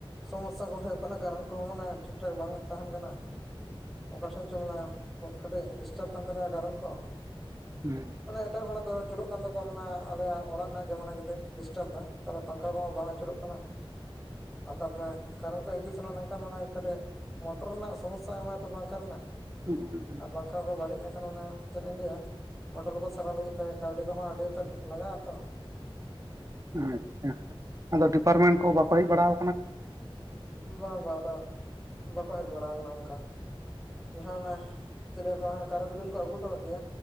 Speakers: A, in the centre; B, on the right (about 35°).
A: ᱥᱚᱢᱚᱥᱥᱟ ᱠᱚ ᱦᱩᱭᱩᱜ ᱠᱟᱱᱟ ᱠᱟᱨᱮᱱ ᱠᱚᱦᱚᱸ ᱢᱟᱱᱮ ᱴᱷᱤᱠ ᱴᱷᱟᱠ ᱵᱟᱝ ᱛᱟᱦᱮᱱ ᱠᱟᱱᱟ ᱚᱠᱟ ᱴᱷᱮᱱ ᱪᱚᱝ ᱢᱟᱱᱮ ᱠᱟᱹᱴᱤᱡ ᱰᱤᱥᱴᱟᱵ ᱠᱟᱱ ᱛᱟᱞᱮᱭᱟ ᱠᱟᱨᱮᱱ ᱠᱚ
B: ᱩᱸ
A: ᱢᱟᱱᱮ ᱮᱴᱟᱜ ᱦᱚᱲᱟᱜ ᱫᱚ ᱡᱩᱞᱚᱜ ᱠᱟᱱ ᱛᱟᱠᱚᱣᱟ ᱢᱟᱱᱮ ᱟᱞᱮᱭᱟᱜ ᱚᱲᱟᱜ ᱨᱮᱱᱟᱜ ᱜᱮ ᱢᱟᱱᱮ ᱠᱟᱹᱴᱤᱡ ᱰᱤᱥᱴᱟᱵᱽ ᱫᱟ ᱛᱟᱦᱞᱮ ᱯᱟᱝᱠᱷᱟ ᱠᱚᱦᱚᱸ ᱵᱟᱝ ᱟᱹᱪᱩᱨᱚᱜ ᱠᱟᱱᱟ ᱟ ᱛᱟᱯᱚᱨᱮ ᱠᱟᱨᱚᱱ ᱠᱚ ᱦᱤᱡᱩᱜ ᱥᱱᱚᱜ ᱢᱮᱱᱠᱷᱟᱱ ᱢᱟᱱᱮ ᱠᱟᱹᱴᱤᱡ ᱢᱚᱴᱚᱨ ᱨᱮᱱᱟᱜ ᱥᱚᱢᱚᱥᱥᱟ ᱮᱢᱟᱭ ᱛᱚ ᱵᱟᱝᱠᱷᱟᱨ ᱨᱮᱱᱟᱜ
B: ᱦᱩᱸ <unintelligible>
A: ᱟᱨ ᱯᱟᱝᱠᱷᱟ ᱠᱚ ᱵᱟᱹᱲᱤᱡ ᱞᱮᱠᱷᱟᱱ ᱚᱱᱟ ᱪᱮᱫ ᱤᱧ ᱞᱟᱹᱭᱟ ᱢᱚᱴᱚᱨ ᱠᱚ ᱥᱟᱨᱟᱣ ᱞᱟᱹᱜᱤᱫ ᱛᱮ ᱠᱟᱹᱣᱰᱤ ᱠᱚᱦᱚᱸ ᱟᱹᱰᱤ ᱩᱛᱟᱹᱨ ᱞᱟᱜᱟᱜᱼᱟ ᱛᱚ
B: ᱟᱪᱪᱷᱟ ᱟᱫᱚ ᱰᱤᱯᱟᱨᱴᱢᱮᱱ ᱠᱚ ᱵᱟᱠᱚ ᱦᱮᱡ ᱵᱟᱲᱟᱣ
A: ᱵᱟᱝ ᱵᱟᱝ ᱟᱫᱚ ᱵᱟᱠᱚ ᱦᱮᱡ ᱵᱟᱲᱟ ᱠᱟᱱᱟ ᱚᱱᱠᱟ ᱡᱟᱦᱟᱸ ᱚᱱᱟ ᱪᱮᱜ ᱞᱟᱹᱭ ᱠᱚ ᱦᱟᱸᱜ ᱠᱟᱨᱮᱱᱴ ᱵᱤᱞ ᱠᱚ ᱟᱹᱜᱩ ᱦᱚᱴᱚ ᱠᱟᱜ ᱜᱮᱭᱟ